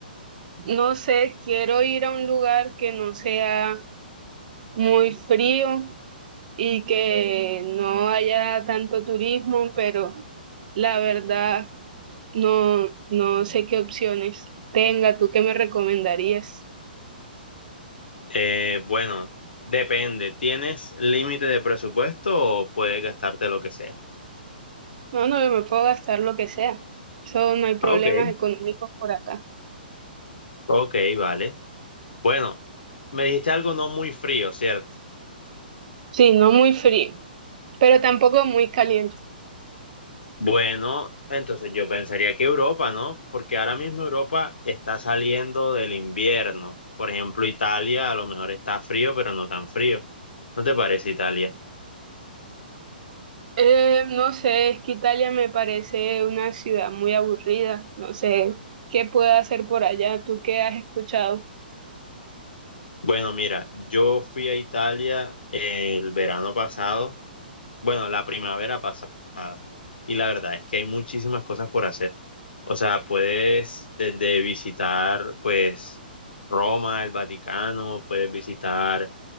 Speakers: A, on the right; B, on the left.
A: No sé, quiero ir a un lugar que no sea muy frío y que no haya tanto turismo, pero la verdad no, no sé qué opciones tenga. ¿Tú qué me recomendarías?
B: Eh, bueno, depende. ¿Tienes límite de presupuesto o puedes gastarte lo que sea?
A: No, no, yo me puedo gastar lo que sea. Eso no hay problemas
B: Ok.
A: económicos por acá.
B: Ok, vale. Bueno, me dijiste algo no muy frío, ¿cierto?
A: Sí, no muy frío, pero tampoco muy caliente.
B: Bueno, entonces yo pensaría que Europa, ¿no? Porque ahora mismo Europa está saliendo del invierno. Por ejemplo, Italia a lo mejor está frío, pero no tan frío. ¿No te parece Italia?
A: Eh, no sé, es que Italia me parece una ciudad muy aburrida. No sé qué puedo hacer por allá, tú qué has escuchado.
B: Bueno, mira, yo fui a Italia el verano pasado Bueno, la primavera pasada. Y la verdad es que hay muchísimas cosas por hacer. O sea, puedes desde visitar, pues, Roma, el Vaticano, puedes visitar,